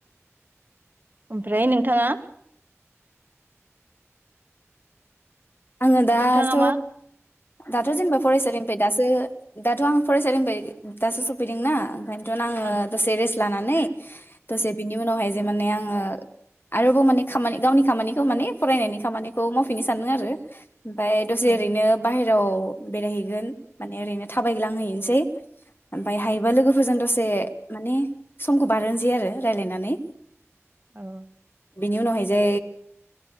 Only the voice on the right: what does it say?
ओमफ्राय नोंथाङा
नोंथाङा मा
औ
औ
औ